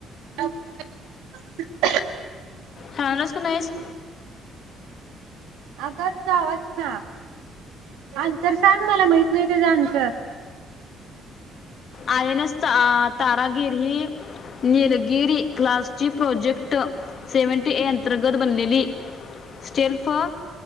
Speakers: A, on the right; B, on the left.
A: <unintelligible>
B: खाणारयेस का नाहीस
A: अग तुझा आवाज येई ना अन्सर सांग मला माहित नाय त्याज अन्सर
B: आय एन एस त अ तारागिर ही निलगिरी क्लासची प्रोजेक्ट सेव्हनटी ए अंतर्गत बनलेली स्टेल्फ